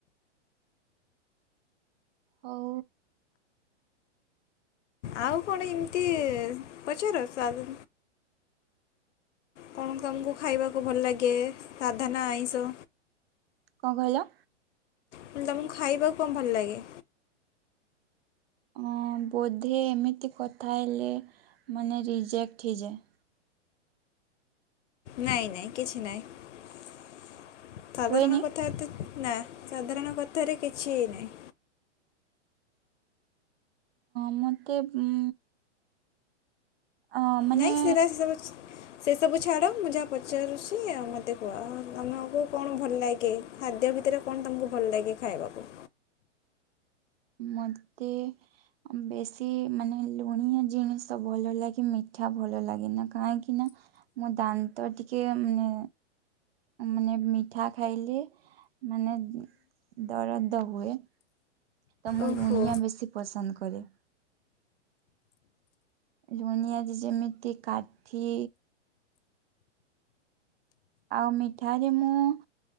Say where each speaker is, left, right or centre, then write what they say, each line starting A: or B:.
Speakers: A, on the right; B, on the left.
A: ହଉ।
B: ଆଉ କଣ ଏମିତି ପଚାର ସାର କଣ ତମକୁ ଖାଇବାକୁ ଭଲ ଲାଗେ ସାଧା ନା ଆଇଁଷ?
A: କଣ କହିଲ?
B: ହିଲି ତମକୁ ଖାଇବାକୁ କଣ ଭଲ ଲାଗେ?
A: ଆଁ ବୋଧେ ଏମିତି କଥା ହେଲେ ମାନେ ରିଜେକ୍ଟ ହେଇଯାଏ।
B: ନାଇଁ ନାଇଁ କିଛି ନାଇଁ ସାଧାରଣ
A: ହୁଏନି
B: କଥା ଏତେ ନା ସାଧାରଣ କଥାରେ କିଛି ନାହିଁ।
A: ମୋତେ ମ୍ ଅ ମାନେ
B: ନାଇଁ ସେରା ସେସବୁ ସେସବୁ ଛାଡ଼ ମୁଁ ଯାହା ପଚାରୁଛି ମୋତେ କୁହ ଆମକୁ କଣ ଭଲ ଲାଗେ ଖାଦ୍ୟ ଭିତରେ କଣ ତମକୁ ଭଲ ଲାଗେ ଖାଇବାକୁ
A: ମତେ ବେଶୀ ମାନେ ଲୁଣିଆ ଜିନିଷ ଭଲ ଲାଗେ ମିଠା ଭଲ ଲାଗେନା କାହିଁକି ନା ମୁଁ ଦାନ୍ତ ଟିକେ ମାନେ ମାନେ ମିଠା ଖାଇଲେ ମାନେ ଦରଦ ହୁଏ ତ ମୁଁ
B: ଓହୋ
A: ଲୁଣିଆ ବେଶୀ ପସନ୍ଦ କରେ ଲୁଣିିଆଜି ଯେମିତି କାଠି ଆଉ ମିଠା ାରେ ମୁଁ